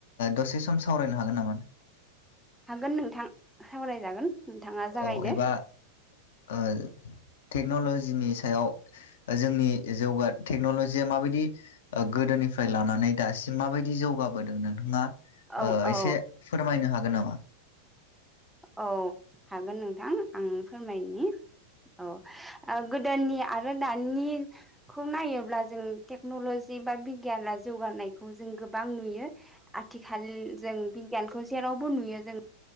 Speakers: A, on the left; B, in the centre.
A: दसे सम सावरायनो हागोन नामा? <inaudible>
B: हागोन नोंथां सावरायजागोन नोंथाङा जागायदो।
A: औ एबा ओ टेक्न'ल'जिनि सायाव जोंनि जौगा टेक्न'ल'जिया माबायदि गोदो निफ्राय लानानै दासिम माबायदि जौगाबोदों नोंथाङा ओ
B: औ औ
A: एसे फोरमायनो हागोन नामा?
B: औ हागोन नोंथां आं फोरमायनि। औ गोदोनि आरो दानिखौ नायोब्ला जों टेक्न'ल'जि। बिगियाना जौगानायखौ जों गोबां नुयो आथिखाल जों बिगियानखौ जेराव बो नुयो जों